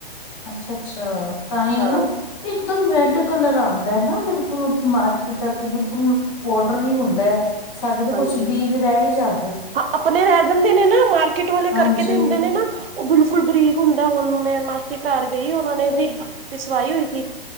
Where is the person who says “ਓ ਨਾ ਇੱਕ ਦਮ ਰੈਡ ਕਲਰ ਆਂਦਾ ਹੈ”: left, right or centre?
Left